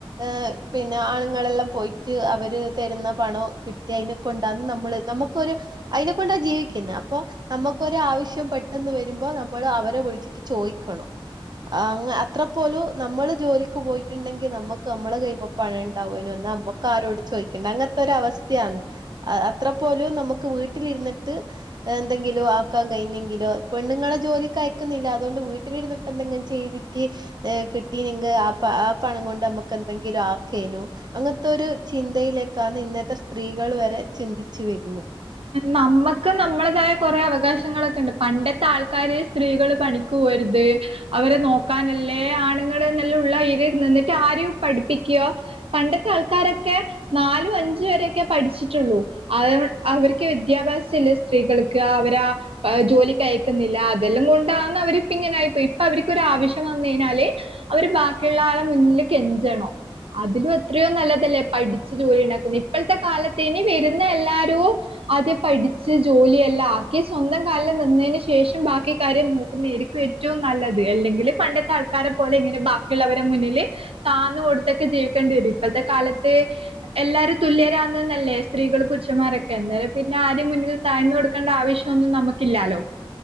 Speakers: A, on the right; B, on the right.
A: ഏഹഹ പിന്നെ ആണുങ്ങളെല്ലാം പോയിട്ട് അവര് തരുന്ന പണം കിട്ടി കൊണ്ടന്ന് നമ്മള് നമുക്കൊരു അയിന കൊണ്ടാ ജീവിക്കുന്നത് അപ്പൊ നമുക്ക് ഒരു ആവശ്യം പെട്ടെന്ന് വരുമ്പോ നമ്മൾ അവരെ വിളിച്ച ചോയിക്കണം ആഹ അത്ര പോലും നമ്മള് ജോലിക്ക് പോയിട്ടുണ്ടെങ്കിൽ നമ്മുക്ക് നമ്മള് കയ്യിമാ പണം ഉണ്ടാവന്ന് അമ്മക്ക് ആരോടും ചോദിക്കണ്ട അങ്ങനത്തെ ഒരു അവസ്ഥയാണ് അ അത്ര പോലും നമുക്ക് വീട്ടിലിരുന്നിട്ട് എെന്തങ്കിലും ആക്കാൻ കഴിഞ്ഞെങ്കിലോ പെണ്ണുങ്ങളെ ജോലിക്ക് അയക്കുന്നില്ല അതുകൊണ്ട് വീട്ടിലിരു എന്തെങ്കിലും ചെയ്തിട്ട് കിട്ടി നിങ്ക ആ പണം കൊണ്ട് നമ്മുക്ക് എന്തെങ്കിലും ആക്കേനോ അങ്ങനത്തെ ഒരു ചിന്തയിലേക്കാണ് ഇന്നത്തെ സ്ത്രീകൾ വരെ ചിന്തിച്ചു വരുന്ന്
B: നമ്മുക്ക് നമ്മളേതായ കൊറേ അവകാശങ്ങളൊക്കെ ഉണ്ട് പണ്ടത്തെ ആൾക്കാര് സ്ത്രീകൾ പണി കുവരുത് അവരെ നോക്കാനല്ലേ ആണുങ്ങൾ എന്ന് ഉള്ള ഇതായിന്ന് നിന്നിട്ട് ആരും പഠിപ്പിക്ക പണ്ടത്തെ ആൾക്കാരൊക്കെ നാലും അഞ്ച വരെയൊക്കെ പഠിച്ചിട്ടുള്ളൂ അത് അവർക്ക് വിദ്യാഭ്യാസം ഇല്ല സ്ത്രീകൾക്ക് അവരാ ജോലിക്കയാക്കുന്നില്ല അതെല്ലാം കൊണ്ടാന്ന് അവരിപ്പ ഇങ്ങനായിപ്പോയി ഇപ്പോ അവരിക്കോരവശ്യം വന്ന് കഴിഞ്ഞാല് അവര് ബാക്കിയുള്ള ആളെ മുന്നില് കെഞ്ചണോ അതിലും എത്രയോ നല്ലതല്ലേ പഠിച്ചു ജോലിണ്ടാക്കുന്നെ ഇപ്പോത്തെ കാലത്തേനി വരു ന്നാ എല്ലാരു ആദ്യ പഠിച്ച് ജോലിയെല്ലാം ആക്കി സ്വന്തം കാലം നിന്നെന് ശേഷം ബാക്കി കാര്യം നോക്കുന്ന എരിക്കും ഏ റ്റോം നല്ലത് അല്ലെങ്കില് പണ്ടത്തെ ആൾക്കാരെ പോലെ ഇങ്ങനെ ബാക്കിള്ളവരെ മുന്നില് താന്നു കൊടുത്തൊക്കെ ജീവിക്കേണ്ടി വരും ഇപ്പത്തെ കാലത്ത് എല്ലാരും തുല്യരാന്നന്നല്ലേ സ്ത്രീകള് പുരുഷന്മാരൊക്കെ അന്നേരം പിന്നെ ആരേം മുന്നിൽ താഴ്ന്ന് കൊടുക്കേണ്ട ആവശ്യം ഒന്നും നമുക്കില്ലാലോ